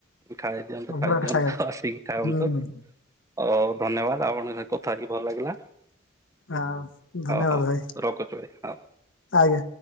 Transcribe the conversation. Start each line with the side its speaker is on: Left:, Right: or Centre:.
Right: ଖାଇଦିଅନ୍ତୁ
Left: ଅଭଡାଟା
Right: ଖାଇଦିଅନ୍ତୁ
Left: ଖାଇବାର ଅଛି।
Right: ଆସିକି ଖାଆନ୍ତୁ।
Left: ହୁଁ
Right: ହଉ ହଉ ଧନ୍ୟବାଦ ଆପଣଙ୍କ ସହ ତ କଥା ହେଇ ଭଲ ଲାଗିଲା।
Left: ଆଉ ଧନ୍ୟବାଦ
Right: ହଁ ହଁ
Left: ଭାଇ
Right: ରଖୁଛି ଭାଇ ହଁ।
Left: ଆଜ୍ଞା।